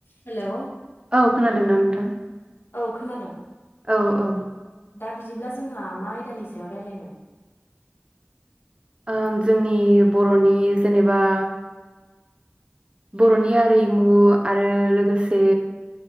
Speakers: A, on the left; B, on the right.
A: Hello
B: औ खोनादोंना नोंथां
A: औ खोनादों
B: औ औ
A: दा बिदिब्ला जोंहा मा आयदानि सायाव रायलायनो
B: ओ जोंनि बर'नि जेनेबा बर'नि आरिमु आरो लोगोसे